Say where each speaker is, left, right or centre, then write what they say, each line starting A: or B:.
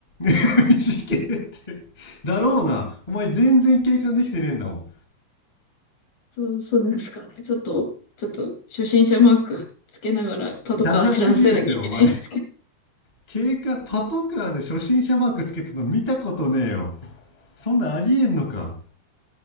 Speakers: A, on the left; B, on the left.
A: <laughs> 事件って。だろうな。お前全然警官できてねえんだもん。
B: そう、そうですかね。ちょっと、ちょっと、初心者マークつけながらパトカー知らせなきゃいけないんですけど、
A: ダサすぎるって、お前。警官、パトカーで初心者マークつけてるの見たことねえよ。そんなありえんのか。